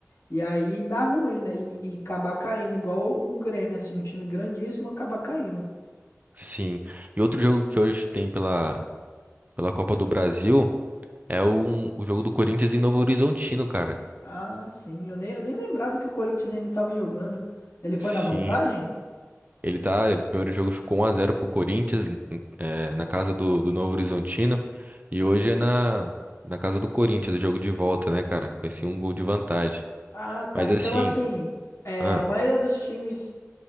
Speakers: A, on the left (about 60°); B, on the right (about 30°).
A: e aí dá ruim, né? E, e acabar caindo, igual o, o Grêmio, assim, um time grandíssimo acaba caindo.
B: sim. E outro jogo que hoje tem pela, pela Copa do Brasil é o, o jogo do Corinthians em Novo Horizontino, cara.
A: Ah, sim, eu nem, eu nem lembrava que o Corinthians ainda tava jogando. Ele foi
B: Sim,
A: na vantagem?
B: ele tá, o primeiro jogo ficou 1 a zero pro Corinthians, em- em- eh, na casa do, do Novo Horizontino, e hoje é na, na casa do Corinthians, o jogo de volta, né, cara? Com esse um gol de vantagem.
A: Ah, tá.
B: Mas
A: Então,
B: assim,
A: assim, é,
B: ah,
A: a maioria dos times,